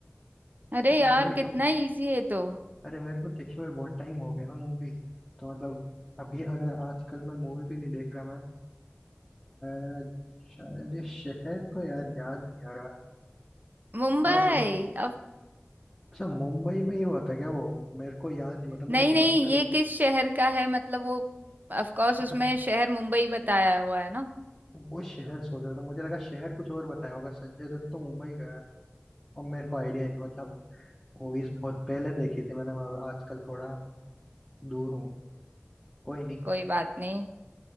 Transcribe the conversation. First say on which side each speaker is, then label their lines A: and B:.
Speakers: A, on the right; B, on the left.
A: अरे यार
B: मूवी
A: कितना
B: का
A: इजी है ये तो
B: अरे मेरे को देखे हुए बहुत टाइम हो गया ना मूवी तो मतलब अभी अगर आजकल मैं मूवी भी नहीं देख रहा मैं अ, शायद ये शहर तो यार याद नहीं आ रहा
A: मुंबई
B: हाँ बट
A: अब
B: अच्छा मुंबई में ही हुआ था क्या वो मेरे को याद नहीं मतलब मैंने
A: नहीं
B: बहुत
A: नहीं
B: पहले-
A: ये किस शहर का है मतलब वो ऑफ कोर्स
B: अच्छा
A: उसमें शहर मुंबई बताया हुआ है ना
B: वो शहर सोच रहा था मुझे लगा शहर कुछ और बताया होगा संजय दत्त तो मुंबई का है और मेरे को आइडिया नहीं मतलब मूवीज बहुत पहले देखी थी मैंने मैं आजकल थोड़ा दूर हूँ कोई नहीं
A: कोई बात नहीं